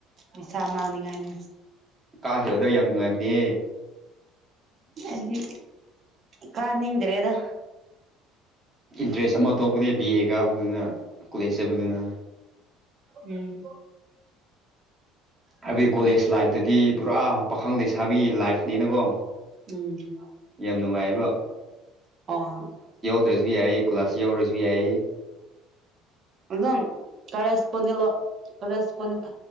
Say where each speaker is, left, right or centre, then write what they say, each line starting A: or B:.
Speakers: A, on the right; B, on the right.
A: ꯃꯤꯁꯥ ꯑꯃꯅꯤꯡꯉꯥꯏꯅ
B: ꯀꯥꯈꯤꯕꯗ ꯌꯥꯝ ꯅꯨꯡꯉꯥꯏꯕꯅꯦ
A: ꯎꯝꯗꯤ ꯀꯥ ꯅꯤꯡꯗꯔꯦ ꯑꯗ
B: ꯏꯟꯇꯔꯦꯁ ꯑꯃ ꯊꯣꯛꯄꯅꯦ ꯕꯤ ꯑꯦ ꯀꯥꯕꯗꯨꯅ ꯀꯣꯂꯦꯖ ꯆꯠꯄꯗꯨꯅ
A: ꯎꯝ
B: ꯍꯥꯏꯕꯗꯤ ꯀꯣꯂꯦꯖ ꯂꯥꯏꯐꯇꯗꯤ ꯄꯨꯔꯥ ꯄꯥꯈꯪ ꯂꯩꯁꯥꯕꯤ ꯂꯥꯏꯐꯅꯤꯅꯀꯣ
A: ꯎꯝ
B: ꯌꯥꯝ ꯅꯨꯡꯉꯥꯏꯕ
A: ꯑꯣ
B: ꯔꯁꯕꯤ ꯑꯌꯦ ꯀ ꯀ꯭ꯂꯂꯁꯤꯌꯥ ꯑꯣꯔꯁꯕꯤ ꯑꯌꯦ
A: ꯑꯗꯨꯝ ꯀꯔꯦꯁꯄꯣꯟꯗꯤ ꯀꯔꯦꯁꯄꯣꯟꯗꯤꯠ